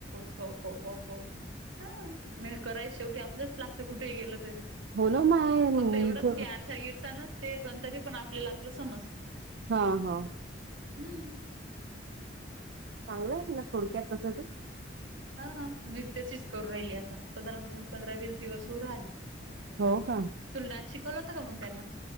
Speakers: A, on the right; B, on the right.
A: स हो हो हो हो हा नाही कराय शेवटी आपलंच लागत कुठेही गेलं तरी.
B: हो न माय
A: फक्त एवढंच
B: इथ
A: की आरशा गिरसा नसते, पण तरी पण आपल्याला आपलं समजत.
B: हा हा.
A: हम्म
B: चांगलं हाय म्हणा थोडक्यात तस तर
A: हा आ मी तशीच करू राहिली आता, पंधरा पंधरा वीस दिवस होऊ राहिले
B: हो का?
A: तुला डानस शिकवला होता का मग त्यांना?